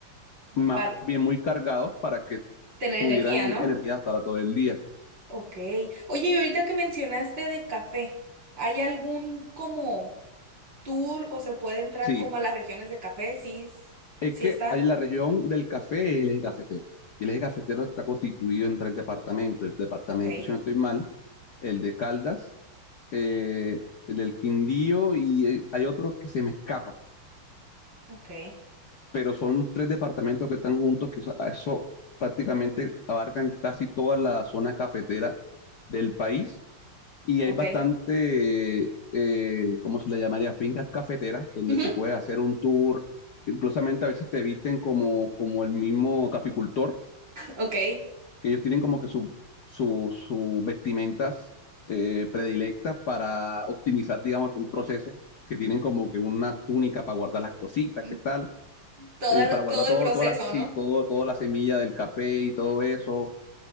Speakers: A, on the left; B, on the right.
A: más
B: Para
A: bien muy cargados para que
B: tener
A: tuvieran
B: energía, ¿no?
A: energía para todo el día.
B: Ok. Oye, y ahorita que mencionaste de café, ¿hay algún como tour o se puede entrar
A: Sí,
B: como a las regiones de café? Sí, s-
A: es
B: sí
A: que
B: está.
A: hay la región del café es el eje cafetero. Y el eje cafetero está constituido en tres departamentos. El departamento,
B: Ok,
A: si no estoy mal, el de Caldas, eh, el del Quindío y eh, hay otro que se me escapa.
B: ok.
A: pero son los tres departamentos que están juntos, que eso, eso prácticamente abarcan casi toda la zona cafetera del país y
B: Ok.
A: hay bastante, eh, ¿cómo se le llamaría? Fincas cafeteras donde
B: Ujú,
A: tú puedes hacer un tour, inclusivamente a veces te visten como, como el mismo caficultor,
B: Ok.
A: que ellos tienen como que su- su- sus vestimentas eh, predilectas para optimizar, digamos, todo el proceso, que tienen como que una túnica para guardar las cositas,
B: Mm,
A: ¿qué tal?
B: Toda,
A: eh, para guardar
B: todo
A: todo,
B: el proceso,
A: toda la, sí,
B: ¿no?
A: todo, toda la semilla del café y todo eso,